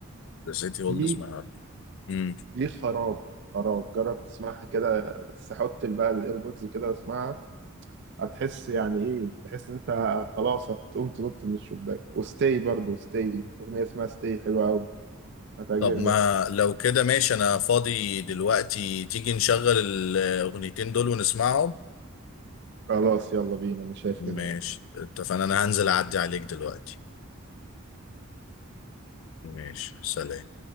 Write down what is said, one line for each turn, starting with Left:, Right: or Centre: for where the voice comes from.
Left: The City Holds
Right: دي
Left: My Heart امم
Right: دي خراب خراب جرب تسمعها كده بس حط بقى الايربودز كده واسمعها هتحس يعني ايه تحس ان انت خلاص هتقوم تنط من الشباك وستي برضو ستي اغنيه اسمها ستي حلوه قوي هتعجبك
Left: طب ما لو كده ماشي انا فاضي دلوقتي تيجي نشغل الاغنيتين دول ونسمعهم
Right: خلاص يلا بينا انا شايف
Left: ماشي
Right: كده برضه.
Left: اتفقنا انا هنزل اعدي عليك دلوقتي ماشي سلام